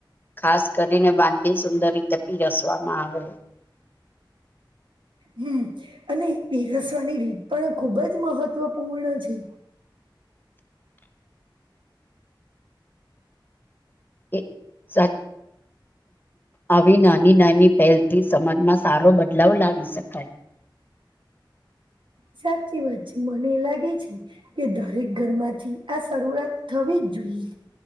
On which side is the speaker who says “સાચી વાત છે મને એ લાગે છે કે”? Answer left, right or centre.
Right